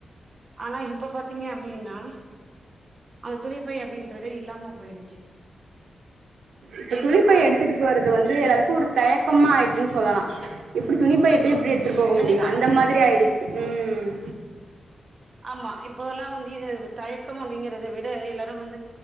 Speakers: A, on the right; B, on the right.
A: ஆனா இப்ப பாத்தீங்க அப்பிடினா அந்த துணிப்பை அப்பிடின்றதே இல்லாம போயிடுச்சு
B: இப்ப
A: எங்க
B: துணிப்பைய
A: பாரு
B: எடுத்துட்டு போறது வந்து எல்லாருக்கு ஒர் தயக்கமா ஆயிட்டுன்னு சொல்லலா எப்படி சொல்லிட்ட எப்பய எப்படி எடுத்துரு போக
A: கண்டிப்பா
B: முடியும் அந்த
A: கண்டிப்பா
B: மாரி ஆயிடுச்சு ம்
A: ஆமா இப்பெல்லா வந்து இது தயக்க அப்புடிங்கறத விட எல்லாரு வந்து